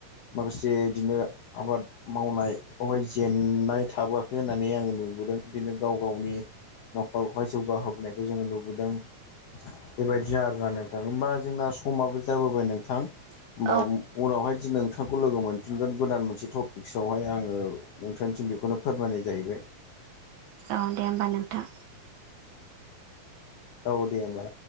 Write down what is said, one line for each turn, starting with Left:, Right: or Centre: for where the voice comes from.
Left: माखासे बिदिनो आबाद मावनायखौहाय जेननाय थाबोआखै होननानै आङो नुबोदों बिदिनो गाव गावनि न'खरावहाय जौगाहोबोनायखौ जोङो नुबोदों। बेबायदि आरोना नोंथां होमबा जोंना समाबो जाबोबाय नोंथां।
Right: नोंथां औ
Left: होमबा उनावहाय नोंथांखौ लोगो मोनफिनगोन गोदान मोनसे टपिक्सआवहाय आङो नोंथांनिसिम बेखौनो फोरमायनाय जाहैबाय।
Right: औ दे होमबा नोंथां।
Left: औ दे होमबा।